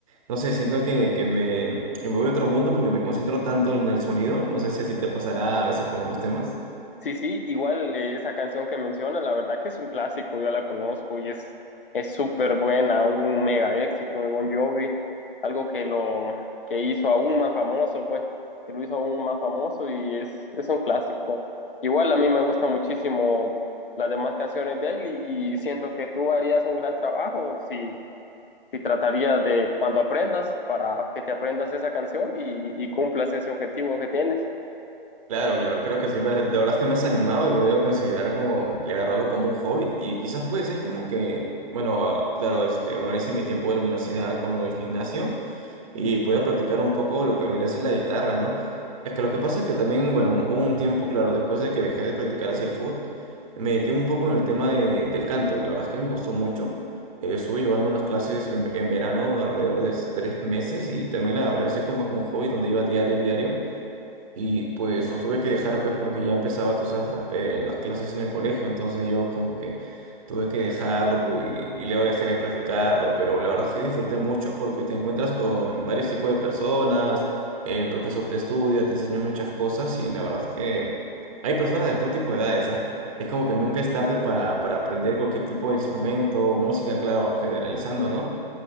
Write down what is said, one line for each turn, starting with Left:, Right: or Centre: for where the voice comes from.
Right: no sé, siento que, que me, que me voy a otro mundo porque me concentro tanto en el sonido, no sé si así te pasará a veces con unos temas.
Left: Sí, sí, igual eh, esa canción que menciona, la verdad que es un clásico, yo la conozco y es es súper buena, un mega éxito de Bon Jovi, algo que lo que hizo aún más famoso, pues, que lo hizo aún más famoso y es, es un clásico. Igual a mí me gusta muchísimo las demás canciones de él y, y siento que tú harías un gran trabajo si, si tratarías de cuando aprendas para que te aprendas esa canción y, y cumplas ese objetivo que tienes.
Right: Claro, claro, creo que sí, pero la verdad es que me has animado y lo voy a considerar como, y agarrarlo como un hobby y quizás puede ser como que, bueno, ah, claro, este, organice mi tiempo de la universidad con lo del gimnasio y pueda practicar un poco lo que vendría a ser la guitarra, ¿no? Es que lo que pasa es que también, bueno, hubo un tiempo, claro, después de que dejé de practicar así el foot, me dediqué un poco en el tema de, del canto y la verdad es que me gustó mucho. Eh, estuve llevando unas clases en, en verano alrededor de tres meses y también la agarré así como que un hobby donde iba diario, diario. Y pues lo tuve que dejar pues porque ya empezaba, tú sabes, la- eh, las clases en el colegio, entonces yo como que tuve que dejarlo pu, y, y luego dejé de practicarlo, pero la verdad es que disfruté mucho porque te encuentras con varios tipos de personas, el profesor te estudia, te enseña muchas cosas y la verdad es que hay personas de todo tipo de edades, ¿ah? Es como que nunca es tarde para, para aprender cualquier tipo de instrumento, música, claro, generalizando, ¿no?